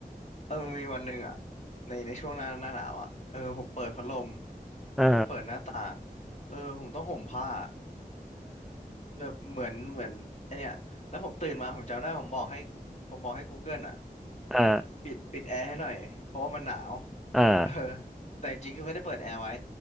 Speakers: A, on the left; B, in the centre.
A: เออมันมีวันหนึ่งอ่ะในในช่วงหน้าหน้าหนาวอ่ะเออผมเปิดพัดลม
B: อ่า
A: เปิดหน้าต่างเออผมต้องห่มผ้า แบบเหมือนเหมือนไอเนี่ยแล้วผมตื่นมาผมจำได้ผมบอกให้ผมบอกให้ Google อ่ะ
B: <laughs> อ่า
A: ปิดปิดแอร์ให้หน่อยเพราะว่ามันหนาว
B: อ่า
A: เออแต่จริงๆคือไม่ได้เปิดแอร์ไว้